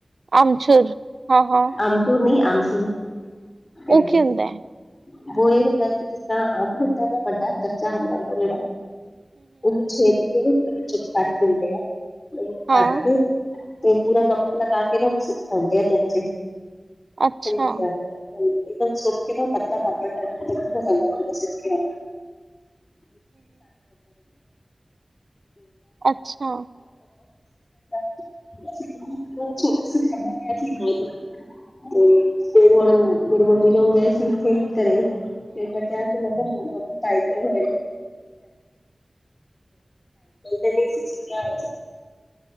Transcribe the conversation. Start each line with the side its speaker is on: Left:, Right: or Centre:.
Right: ਆਮਚੂਰ ਹਾਂ ਹਾਂ
Left: ਆਮਚੂਰ ਨੀ, ਆਮਸਿਲ ਕਹਿੰਦੇ
Right: ਉਹ ਕੀ
Left: ਨੇ।
Right: ਹੁੰਦਾ ਹੈ
Left: ਉਹੋ ਇਹ ਹੁੰਦਾ ਕਿ ਜਿਸ ਤਰ੍ਹਾਂ ਅੰਬ ਹੁੰਦਾ, ਵੱਡਾ ਕੱਚਾ ਅੰਬ ਹੁੰਦਾ ਜਿਹੜਾ ਉਹਨੂੰ ਛੇਦ ਕੇ ਕੱਟ ਦਿੰਦੇ ਆ, ਉਹਨੂੰ
Right: ਹਾਂ
Left: ਕੱਟ ਕੇ ਤੇ ਪੂਰਾ ਨਮਕ ਲਗਾ ਕੇ, ਉਹਨੂੰ ਸੁੱਖ ਸੁਖਾਂਦੇ ਆ ਧੁੱਪ ਚ
Right: ਅੱਛਾ
Left: ਚੰਗੀ ਤਰਾਂ <inaudible> ਸੁਕ ਕੇ ਨਾ ਪੱਤਾ ਪਾਪੜ ਲਗ ਜਾਂਦਾ, ਪੂਰਾ ਸੁੱਕਿਆ।
Right: ਅੱਛਾ
Left: <inaudible> <unintelligible> ਤੇ ਫੇਰ ਹੁਣ ਮੇਰੀ ਮੰਮੀ ਲੋਕ ਗਏ ਸੀ, ਓਥੇ ਘਰੇ। ਫੇਰ ਮੈਂ ਕਿਹਾ ਸੀ <inaudible> ਤੇ ਟਾਈਟਲ ਤੇ ਨਈ ਸੀ ਸੁਣਿਆ <inaudible>